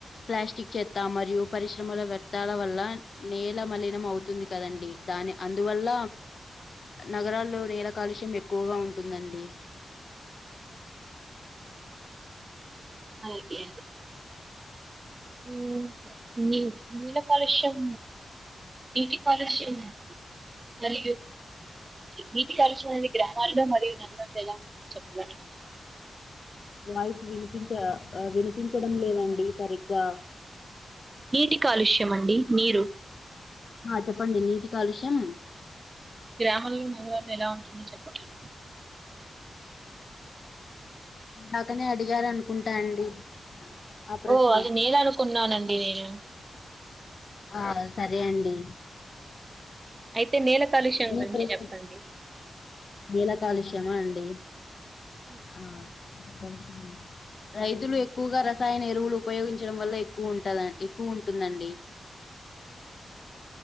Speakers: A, on the left (about 55°); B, on the right (about 30°).
A: ప్లాస్టిక్ చెత్తా మరియు పరిశ్రమల వ్యర్థాల వల్ల నేల మలినం అవుతుంది కదండి దాని అందువల్ల నగరాల్లో నేల కాలుష్యం ఎక్కువగా ఉంటుందండి
B: అలాగే న నీ నీల కాలుష్యం నీటి కాలుష్యం మరియు నీటి కలుషనేది గ్రామాల్లో మరియు నగరాల్లో ఎలా ఉ చెప్ప
A: వాయిస్ వినిపించ వినిపించడం లేదండి సరిగ్గా
B: నీటి కాలుష్య అండి నీరు
A: ఆ చెప్పండి నీటి కాలుష్యం
B: గ్రామంలో నగరాలు ఎలా ఉంటుందని చెప్పటము
A: దాకనే అడిగారు అనుకుంటా అండి ఆ ప్రశ్న
B: ఓ అది నేను అనుకున్నానండి నేను
A: ఆ సరే అండి
B: అయితే నేల కాలుష్యం
A: న
B: గురించి
A: ప్రశ్న
B: చెప్పండి
A: నలా కాలుష్య క్షమా అండి
B: ఉమ్.
A: ఆ విష రైతులు ఎక్కువగా రసాయన ఎరువులు ఉపయోగించడం వల్ల ఎక్కువ ఉంటది ఎక్కువ ఉంటుందండి